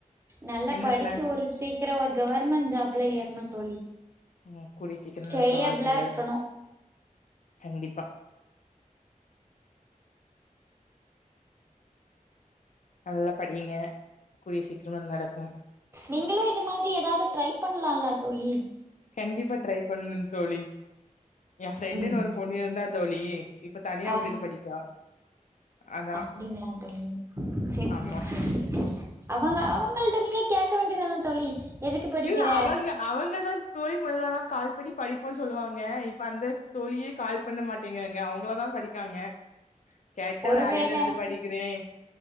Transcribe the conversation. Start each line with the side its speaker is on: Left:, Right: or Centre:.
Right: நல்லா
Left: என்ன
Right: படிச்சு
Left: பிளான்
Right: ஒரு சீக்கிரம் ஒரு கவர்மெண்ட் ஜாப்ல ஏறணும் தோழி
Left: ம் கூடிய சீக்கிரம்
Right: கேயபிளா
Left: நடக்க வாழ்த்துகள்
Right: இருக்கணும்
Left: கண்டிப்பா நல்லா படிங்க கூடிய சீக்கிரம் அது நடக்கும்
Right: நீங்களும் இது மாதிரி ஏதாவது ட்ரை பண்ணலால தோழி
Left: கண்டிப்பா ட்ரை பண்ண தோழி என் ஃப்ரெண்டுன்னு
Right: உம்
Left: ஒரு பொண்ணு இருந்தா தோழி, இப்ப தனியா விட்டுட்டு
Right: ஆஹ்
Left: படிக்கா. அதான்
Right: அப்டிங்களா தோழி சேரி
Left: ஆமா.
Right: சேரி சேரி அவங்க அவங்கள்ட நீங்க கேக்க வேண்டியதான தோழி எதுக்கு படிக்கிற
Left: இல்ல அவங்க அவங்க தான் தோழி முதலல்லாம் கால் பண்ணி படிப்போனு சொல்லுவாங்க இப்ப அந்த தோழியே கால் பண்ண மாட்டேங்காங்க அவங்கள தான் படிக்காங்க கேட்டா
Right: ஒருவேள
Left: வேலையிலருந்து படிக்கிறேன்